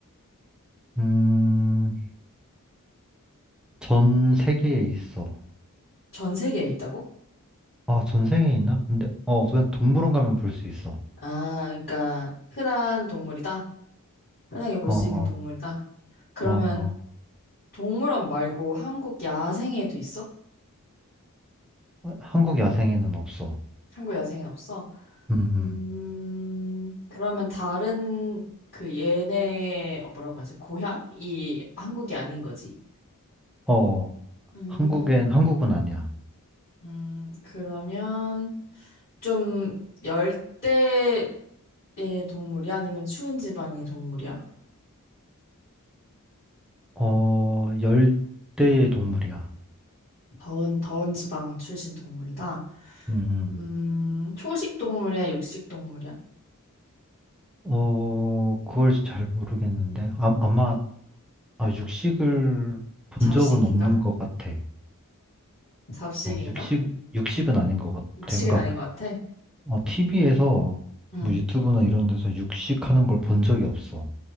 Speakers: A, in the centre; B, on the left.
A: 음, 전 세계에 있어.
B: 전 세계에 있다고?
A: 아, 전 세계에 있나? 근데 어, 그냥 동물원 가면 볼 수 있어.
B: 아, 그러니까 흔한 동물이다. 흔하게 볼
A: 어,
B: 수
A: 어,
B: 있는 동물이다. 그러면
A: 어, 어.
B: 동물원 말고 한국 야생에도 있어?
A: 아, 한국 야생에는 없어.
B: 한국 여생은 없어?
A: 음, 음.
B: 음, 그러면 다른 그 얘네의 어, 뭐라고 하지? 고향이 한국이 아닌 거지.
A: 어, 어.
B: 음,
A: 한국엔, 한국은 아니야.
B: 음, 그러면 좀 열대의 동물이 아니면 추운 지방의 동물이야?
A: 어, 열대의 동물이야.
B: 더운, 더운 지방 출신 동물이다.
A: 음,
B: 음, 초식 동물이야, 육식 동물이야?
A: 음. 어, 그걸 잘 모르겠는데. 아, 아마, 아, 육식을 본
B: 잡식인가?
A: 적은 없는 것 같아.
B: 잡식인가?
A: 어, 육식, 육식은 아닌 것 같아.
B: 육식은
A: 그러니까,
B: 아닌 것 같아.
A: 어, TV에서,
B: 음,
A: 뭐 유튜브나 이런 데서 육식하는 걸 본 적이 없어.